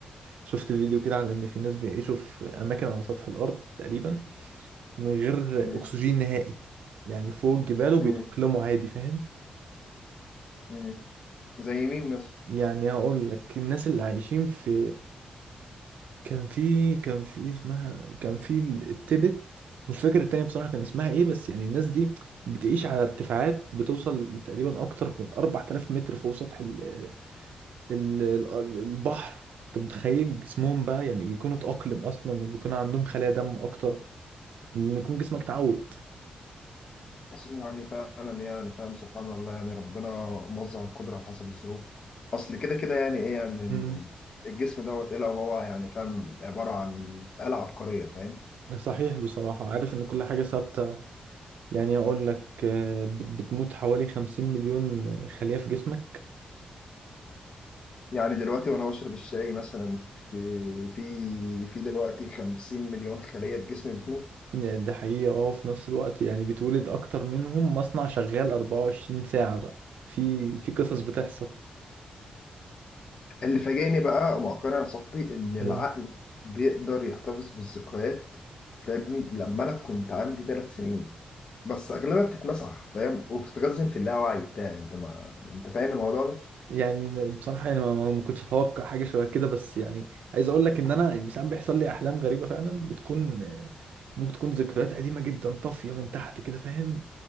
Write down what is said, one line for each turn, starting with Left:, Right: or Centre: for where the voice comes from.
Right: شفت فيديو كده عن ان في ناس بيعيشوا في اماكن على سطح الارض تقريبا من غير
Left: مم.
Right: اكسجين نهائي يعني فوق الجبال وبيتاقلموا
Left: مم.
Right: عادي فاهم
Left: مم. زي مين مثلا
Right: يعني هقول لك الناس اللي عايشين في كان في كان في اسمها كان في التبت مش فاكر التانية بصراحة كان اسمها ايه بس يعني الناس دي بتعيش على ارتفاعات بتوصل تقريبا اكتر من 4000 متر فوق سطح ال ال ال البحر انت متخيل جسمهم بقى يعني بيكونوا اتأقلم اصلا وبيكون عندهم خلايا دم اكتر لان يكون جسمك اتعود
Left: بس يعني فعلا يعني فاهم سبحان الله يعني ربنا موزع القدره على حسب الظروف اصل كده كده يعني ايه يعني
Right: مم.
Left: الجسم دوت ايه لو هو يعني فاهم عباره عن آلة عبقريه فاهم
Right: ده صحيح بصراحة عارف ان كل حاجة ثابتة يعني اقول لك آه، بت- بتموت حوالي 50 مليون خلية في جسمك
Left: يعني دلوقتي وانا بشرب الشاي مثلا في في في دلوقتي 50 مليون خلية في جسمي بتموت
Right: يعني ده حقيقة اه في نفس الوقت يعني بيتولد أكتر منهم مصنع شغال 24 ساعة بقى في في قصص بتحصل
Left: اللي فاجئني بقى مؤخرا يا صاحبي ان العقل
Right: مم.
Left: بيقدر يحتفظ بالذكريات فابني لما انا كنت عندي ثلاث سنين بس اغلبها بتتمسح فاهم وبتتخزن في اللاوعي بتاعي انت ما انت فاهم الموضوع ده
Right: يعني ب- بصراحة يعني ما ما- ما كنتش أتوقع حاجة شبه كده بس يعني عايز أقول لك إن أنا يعني ساعات بيحصل لي أحلام غريبة فعلا بتكون آه، ممكن تكون ذكريات قديمة جدا طافية من تحت كده فاهم